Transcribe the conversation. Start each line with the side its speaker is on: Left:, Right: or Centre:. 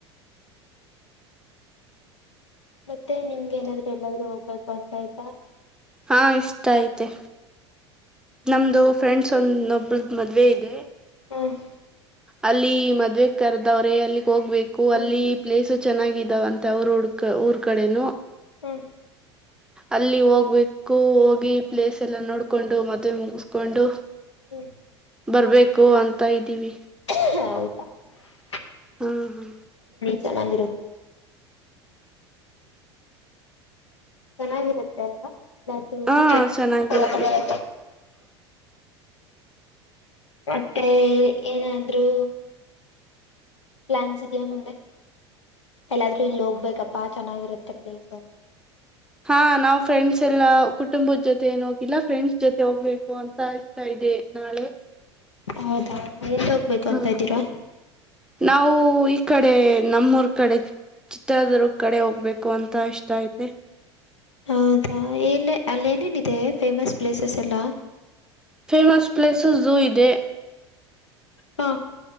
Left: ಮತ್ತೆ ನಿಮ್ಗೆ ಏನಾದ್ರು ಎಲ್ಲಾದ್ರೂ ಹೋಗ್ಬೇಕೂ ಅಂತ ಆಯ್ತಾ.
Centre: ಹಾ ಇಷ್ಟ ಐತೆ. ನಮ್ದು ಫ್ರೆಂಡ್ಸ್ ಒಂದ ಒಬ್ಬಳದ ಮದ್ವೆ ಇದೆ.
Left: ಹ್ಮ್ಹ್.
Centre: ಅಲ್ಲಿ ಮದ್ವೆ ಕರೆದವ್ರೇ ಅಲ್ಲಿಗ್ ಹೋಗ್ಬೇಕು
Left: ಹ್ಮ್
Centre: ಅಲ್ಲಿ ಪ್ಲೇಸ್. ಚೆನ್ನಾಗಿದಾವಂತೆ ಅವ್ರ ಉಡ ಊರ್ ಕಡೆನು.
Left: ಹ್ಮ.
Centre: ಅಲ್ಲಿ ಹೋಗ್ಬೇಕು ಹೋಗಿ ಪ್ಲೇಸ್ ಎಲ್ಲ ನೋಡ್ಕೊಂಡು ಮದ್ವೆೆ ಮುಗಿಸಕೊಂಡು.
Left: ಹ್ಮ.
Centre: ಬರ್ಬೇಕು ಅಂತ ಇದ್ದೀವಿ.
Left: ಹೌದ <unintelligible>
Centre: ಹ್ಮ ಹೂ.
Left: ಚೆನ್ನಾಗಿರುತ್ತ. ಚೆನ್ನಾಗಿರುತ್ತೆ ಅಲ್ವಾ ಎಲ್ಲಾದ್ರೂ.
Centre: ಹಾ
Left: <unintelligible>
Centre: ಚೆನ್ನಾಗಿರುತ್ತೆ
Left: ಮತ್ತೆ ಏನಾದ್ರು.
Centre: <inaudible>
Left: ಪ್ಲಾನ್ಸ್ ಇದೆಯಾ ಮುಂದೆ. ಎಲ್ಲಾದ್ರೂ ಇಲ್ಲಿ ಹೋಗ್ಬೇಕಪ್ಪಾ ಚೆನ್ನಾಗಿರುತ್ತೆ ಪ್ಲೇಸ್ ಸು
Centre: ಹಾ ನಾವ್ ಫ್ರೆಂಡ್ಸ್ ಎಲ್ಲಾ ಕುಟುಂಬದ ಜೊತೆ. ಜೊತೆ ಏನ ಹೋಗಿಲ್ಲ ಫ್ರೆಂಡ್ಸ್ ಜೊತೆ ಹೋಗ್ಬೇಕು ಅಂತ ಅನಿಸ್ತಾ ಇದೆ ನಾಳೆ.
Left: ಹೌದಾ ಎಲ್ಲಿ ಹೋಗ್ಬೇಕು
Centre: ಹ
Left: ಅಂತ ಇದ್ದೀರಾ.
Centre: ನಾವು ಈ ಕಡೆ ನಮ್ಮೂರ್ ಕಡೆ. ಚಿತ್ರದುರ್ಗ ಕಡೆ ಹೋಗ್ಬೇಕು ಅಂತ ಇಷ್ಟ ಇದೆ.
Left: ಹೌದಾ ಎಲ್ಲಿ ಅಲ್ಲಿ ಏನೇನು ಇದೆ ಫೇಮಸ್ ಪ್ಲೇಸಸ್ ಎಲ್ಲ.
Centre: ಫೇಮಸ್ ಪ್ಲೇಸಸು ಜೋ ಇದೆ.
Left: ಹಾ.